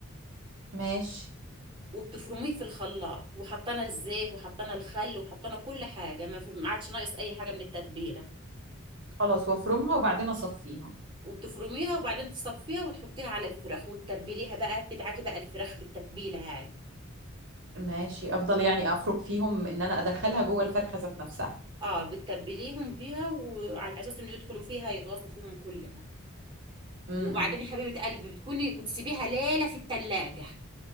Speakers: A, on the right; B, on the right.
A: ماشي
B: وبتفرميه في الخلاط وحطينا الزيت وحطينا الخل وحطينا كل حاجة ما في- ما عادش ناقص أي حاجة من التتبيلة
A: خلاص وافرمها وبعدين اصفيها
B: وبتفرميها وبعدين تصفيها وتحطيها على الفراخ وتتبليها بقى تدعكي بقى الفراخ بالتتبيلة هاي
A: ماشي افضل يعني افرك فيهم ان انا ادخلها جوه الفرخه ذات نفسها
B: اه بتتبليهم بيها وعلى أساس إنه يدخلوا فيها يتغاصوا فيهم كلها
A: امم
B: وبعدين يا حبيبة قلبي بتكوني بتسيبيها ليلة في التلاجة